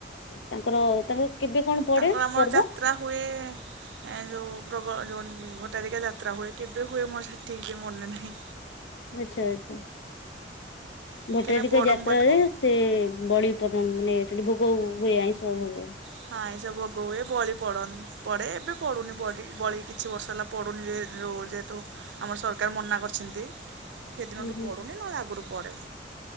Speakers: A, on the left; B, on the right.
A: ତାଙ୍କର ତାଙ୍କର କେବେ କଣ ପଡେ
B: ତାଙ୍କର ଆମର
A: ପର୍ବ?
B: ଯାତ୍ରା ହୁଏ। ଏଁ ଯୋଉ ପ୍ରବ ଯୋଉନିକି ଭଟ୍ଟାରିକା ଯାତ୍ରା ହୁଏ କେବେ ହୁଏ ମୋର ସେ ଠିକ ସେ ମନେ ନାହିଁ।
A: ଆଚ୍, ଛା ଆଚ୍ଛା
B: କାହିଁକିନା
A: ଭଟ୍ଟାରିକା
B: ବଡ଼ମ୍ବାଠୁ
A: ଯାତ୍ରାରେ ସେ ବଳି ପଡନ ମାନେ ସେଠି ଭୋଗ ହୁଏ ଆଇଁଷ ଭୋଗ?
B: ହଁ ଆଇଁଷ ଭୋଗ ହୁଏ। ବଳି ପଡନ ପଡେ ଏବେ ପଡୁନି ବଡି ବଳି କିଛି ବର୍ଷ ହେଲା ପଡ଼ୁନି ଯେ ଯୋଉ ଯେହେତୁ ଆମର ସରକାର ମନା କରିଛନ୍ତି। ସେଇଦିନଠୁ
A: ହୁଁ ହୁଁ
B: ପଡୁନି, ନହଲେ ଆଗରୁ ପଡେ।